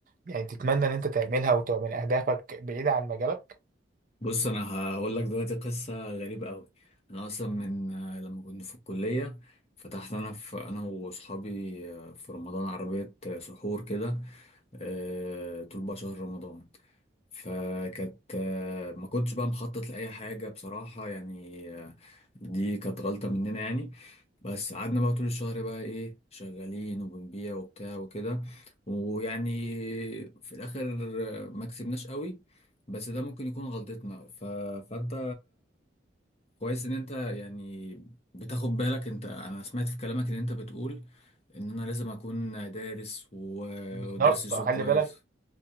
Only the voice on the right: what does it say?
يعني تتمنى إن أنت تعملها وتبقى من أهدافك بعيدة عن مجالك
بالظبط
خلي
بالك